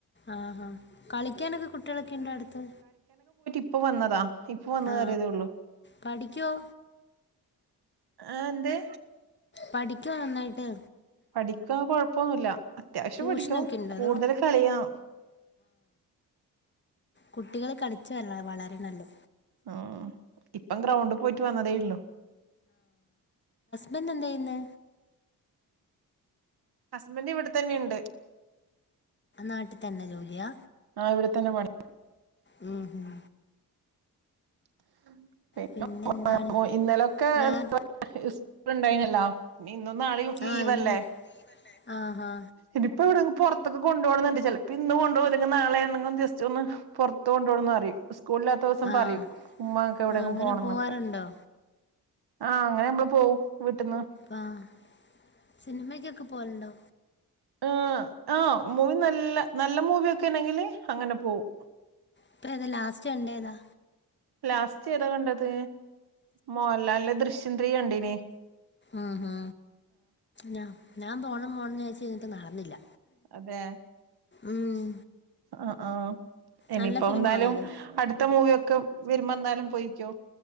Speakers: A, on the left; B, on the right.
A: ആഹാ കളിക്കാനൊക്കെ കുട്ടികളൊക്കെ ഇണ്ടോ അടുത്ത്.
B: ഇപ്പൊ വന്നതാ ഇപ്പ വന്ന്
A: ആ
B: കേറിയതേ ഉള്ളു.
A: പഠിക്കുവോ
B: ആഹ് എന്ത്?
A: പഠിക്കുവോ നന്നായിട്ട്?
B: പഠിക്ക കൊഴപ്പൊന്നുല്ല. അത്യാവശ്യം
A: ട്യൂഷനൊക്കെ
B: പഠിക്കും
A: ഉണ്ടോ
B: കൂടുതൽ
A: അതോ
B: കളിയാം.
A: കുട്ടികൾ കളിച്ചു വരളെ വളരണള്ള്.
B: ആഹ് ഇപ്പം ഗ്രൗണ്ട് പോയിട്ട് വന്നതേ ഇള്ളു.
A: ബന്റ് എന്തെയ്യുന്നെ?
B: ഹസ്ബന്റ് ഇവിടെ തന്നെണ്ട്.
A: നാട്ടി തന്നെ ജോലിയാ?
B: ആഹ് ഇവിടെ തന്നെ പണി.
A: ഉം ഹും.
B: <unintelligible>
A: പിന്നെ എന്താണ്
B: ഇന്നലൊക്കെ
A: ഞാൻ
B: <unintelligible> സ്കൂണ്ടായിനല്ലോ. ഇന്നും നാളെയും ലീവ്
A: ആഹ് ഇന്ന്
B: അല്ലെ?
A: ആഹാ
B: ഇതിപ്പ എവിടെങ്കും പുറത്തൊക്കെ കൊണ്ട് പോണന്നുണ്ട് ചെലപ്പോ ഇന്ന് കൊണ്ട് പോവും അല്ലെങ്കി നാളെ ആണെങ്കും ജസ്റ്റ് ഒന്ന് ഇത്ത കൊണ്ടോണം ന്നറീം സ്കൂളിലാത്ത ദിവസം
A: ആഹ്
B: പറയും ഉമ്മ എനക്ക് എവിടെയെങ്കിലും
A: ആഹ് അങ്ങനെ
B: പോണം
A: പോവാറുണ്ടോ
B: ന്നൊക്കെ. ആഹ് അങ്ങനെ ഞമ്മള് പോവും. വീട്ടിന്ന്
A: ആഹ് സിനിമക്കൊക്കെ പോലുണ്ടോ?
B: ആഹ് ആഹ് മൂവി നല്ല നല്ല മൂവി ഒക്കെ ആണെങ്കില് അങ്ങനെ പോവും.
A: ഇപ്പേതാ ലാസ്റ്റ് കണ്ടേതാ
B: ലാസ്റ്റ് ഏതാ കണ്ടത് മോഹൻലാല്ന്റെ ദൃശ്യം ത്രീ കണ്ടിനീ
A: ആഹ് ഹാ ഞാ ഞാൻ പോണം <unintelligible> നടന്നില്ല
B: അതെ
A: ഉം
B: ആഹ് ആഹ് എനിയിപ്പൊ
A: നല്ല ഫിലിമാണോ
B: എന്തായാലും
A: അത്
B: അട്ത്ത മൂവിയൊക്കെ വെരുമ്പെന്തായാലും പൊയിക്ക്യോ